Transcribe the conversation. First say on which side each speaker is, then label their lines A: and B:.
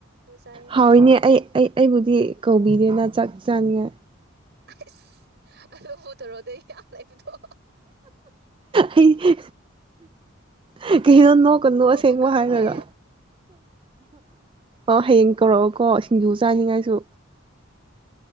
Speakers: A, on the right (about 55°); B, on the right (about 25°).
A: ꯆꯥꯏꯌꯦ
B: ꯍꯥꯎꯏꯅꯦ ꯑꯩ ꯑꯩ ꯑꯩꯕꯨꯗꯤ ꯀꯧꯕꯤꯔꯦꯅ ꯆꯀ ꯆꯥꯏꯌꯦ
A: ꯑꯁ ꯂꯐꯨ ꯊꯥꯔꯣꯗꯤ ꯌꯥꯝ ꯂꯩꯕꯗꯣ
B: ꯑꯩ ꯍꯥ ꯍꯥ ꯀꯩ ꯅꯣ ꯅꯣꯛ ꯀ ꯅꯨ
A: ꯅꯣꯡꯃ
B: ꯑꯁꯦꯡꯕ
A: ꯀꯧꯔꯛꯀꯦ
B: ꯍꯥꯏꯔꯒ ꯑ ꯍꯌꯦꯡ ꯀꯧꯔꯛꯑꯣ ꯀꯣ ꯁꯤꯡꯖꯨ ꯆꯥꯅꯤꯡꯉꯥꯏꯁꯨ